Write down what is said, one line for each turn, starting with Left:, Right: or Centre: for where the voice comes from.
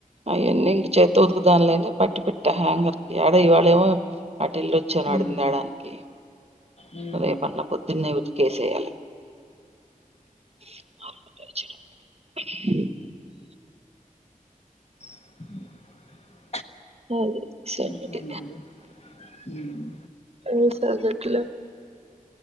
Right: అయ్యన్ని ఇగ చేత్తో ఉతుకుదం లే అని పట్టి పెట్ట హ్యాంగర్ కి ఆడ ఇవాళ ఏమో అటెలోచ్చాను ఆడింతెడానికి
Left: ఉమ్, ఉమ్.
Right: రేపన్న పోద్దున్నే ఉతికేసెయ్యాలి <inaudible>
Left: <inaudible>
Right: అది సంగతి
Left: ఇంకేం మరి ఉమ్.
Right: ఎం సంగతులు